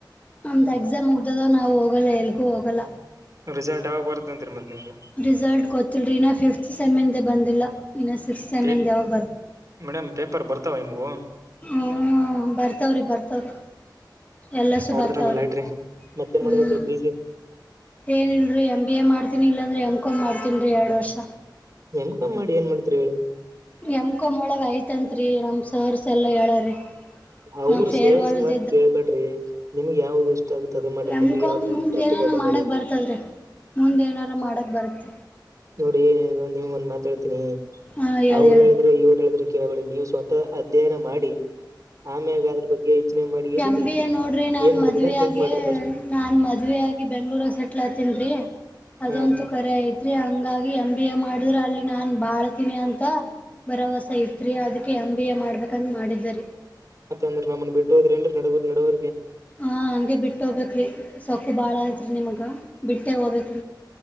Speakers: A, on the left (about 20°); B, on the right (about 45°).
A: ನಮ್ದ್ ಎಕ್ಸಾಮ್ ಮುಗ್ದದ ನಾವು ಹೋಗಲ್ಲ ಎಲ್ಲಿಗೂ ಹೋಗಲ್
B: ರಿಸಲ್ಟ್ ಯಾವಾಗ ಬರುತ್ತಂತ್ರಿ ನಿಮ್ದು
A: ರಿಸಲ್ಟ್ ಗೊತಿಲ್ರಿ ಇನ್ನ ಫಿಫ್ತಿ ಸೆಮಿಂದೆ ಬಂದಿಲ್ಲ. ಇನ್ನ ಸಿಕ್ಸ್ತ್ ಸೆಮಿಂದ
B: ಪೇ
A: ಯಾವಾಗ
B: ಮೇಡಮ್ ಪೇಪರ್ ಬರ್ತಾವ ನಿಮಗೂ.
A: ಹುಂ ಬರ್ತವ್ರಿ ಬರ್ತವ್ರಿ. ಎಲ್ಲಸು
B: ಹೊಡದ್ರಲ್ಲ
A: ಬರ್ತಾವ್ರಿ.
B: ಲೈಟ್ರಿ ಮತ್ತೇನ್
A: ಹ್ಮ್
B: ಮಾಡ್ಬೇಕ್ರಿ ಪಿ ಜಿ
A: ಏನಲ್ರರಿ ಎಮ್ ಬಿ ಎ ಮಾಡ್ತೀನಿ ಇಲ್ಲಾಂದ್ರೆ ಎಮ್ ಕಂ ಮಾಡ್ತೀನ್ರೀ ಎರಡು ವರ್ಷ.
B: ಎಂ ಕಾಂ ಮಾಡಿ ಏನ್ ಮಾಡ್ತಿರಿ ಹೇಳಿ.
A: ಎಂ ಕಾಂ ಓಳಗ ಐತಂತ್ರಿ ನಮ್ ಸರ್ಸ್ ಎಲ್ಲಾ ಹೇಳಾರಿ.
B: ಅವರು
A: ನಾವ್ ಫೇರ್ವಲ್ದ
B: ಸರ್ಸ ಮತ್ ಕೇಳ್ಬೇಡ್ರಿ ನಿಮ್ಗೆ ಯಾವ್ದು ಆಗುತ್ತೆ ಅದು ಮಾಡ್ರಿ
A: ಎಮ್
B: ನಿಮ್ಗ್
A: ಕಾಂ
B: ಯಾವ್ದ್ರಲ್ಲಿ
A: ಮುಂದ್
B: ಇಂಟ್ರೆಸ್ಟ್
A: ಏನೇನ
B: ಇದೆ ಅದು
A: ಮಾಡಕ್
B: ಮಾಡಿ
A: ಬರ್ತದ್ರಿ ಮುಂದ್ ಏನಾರ ಮಾಡಕ್ ಬರತ್ತ
B: ನೋಡಿ ನಿಮ್ಗ ಒಂದ್ ಮಾತ ಹೇಳ್ತೀನಿ
A: ಹಾ ಹೇಳಿ
B: ಅವ್ರ್
A: ಹೇಳಿ
B: ಹೇಳಿದ್ರೆ ಇವ್ರು ಹೇಳಿದ್ರೆ ಕೇಳಬೇಡಿ. ಸ್ವತಃ ಅಧ್ಯಯನ ಮಾಡಿ ಆಮ್ಯಗಾರ ಬಗ್ಗೆ ಯೋಚನೆ ಮಾಡಿ ಎಸಿಂದ
A: ಎಮ್ ಬಿ ಎ ನೋಡ್ರಿ ನಾನ್
B: ಏನ್ ಮಾಡ್ಬೇಕಂತ
A: ಮದುವ
B: ಥಿಂಕ್
A: ಆಗಿ
B: ಮಾಡ್ರಿ ಫಸ್ಟ್
A: ನಾನ್ ಮದವಿ ಆಗಿ ಬೆಂಗ್ಳೂರಗ ಸೆಟ್ಲ್ ಆತ <unintelligible> ಅದಂತೂ
B: ಹಾ ರೀ
A: ಕರೆ ಐತ್ರಿ ಹಂಗಾಗಿ ಎ ಬಿ ಎ ಮಾಡ ಅಲ್ಲಿ ನಾನ್ ಬಾಳ್ತೀನಿ ಅಂತ ಭರವಸ ಇತ್ರಿ ಅದಕ್ಕೆ ಎಂ ಬಿ ಎ ಮಾಡ್ಬೇಕಂತ ಮಾಡಿದೆರಿ.
B: ಮತ್ತ ಅಂದ್ರೆ ನಮ್ಮನ್ ಬಿಟ್ಟು ಹೋದಂದ್ರೆ ನಡ <unintelligible> ನಡವ್ರರಿಗೆ
A: ಹ ಹಂಗೆ ಬಿಟ್ಟ ಹೋಗಬೇಕ್ರಿ ರೀ ಸೊಕ್ಕು ಬಾಳ ಐತ್ರಿ ನಿಮಗ. ಬಿಟ್ಟೇ ಹೋಗ್ಬೇ